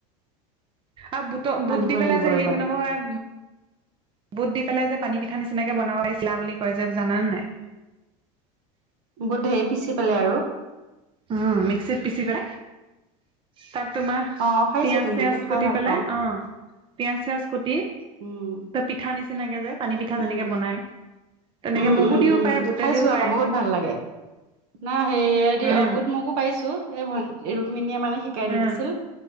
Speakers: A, on the right; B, on the right.
A: আৰু বুটক বুট
B: আনিব
A: দি
B: লাগিব
A: পেলাই যে
B: ৰবা
A: হেৰি বনাব হয় বুট দি পেলাই যে পানী পিঠা নিচিনাকে বনোৱাইছিলা বুলি কয় যে জানানে নাই?
B: বুধে পিছি পালে আৰু।
A: উম মিক্সিত পিছি পেলাই। তাত তোমাৰ
B: অ খাইছো
A: পিয়য়াজ
B: তেনেকে
A: চিয়াজ
B: খাই
A: কুটি
B: ভাল
A: পেলাই
B: পাওঁ
A: অ পিয়াজ -চিয়াজ কুটি
B: উম
A: এই পিঠা নিচিনাকে যে পানী পিঠা
B: উম
A: যেনেকে বনাই। তেনেকে
B: উম,
A: মগু
B: উম,
A: দিও
B: উম
A: পাৰে বুটে
B: খাইছো
A: দিও
B: আকৌ
A: পাৰে
B: বহুত ভাল লাগে। না সেইয়-
A: উম
B: বুত মগু পাইছো, এই ভণ ৰুক্মিনীয়ে মানে শিকাই দি
A: উম
B: দিছিল।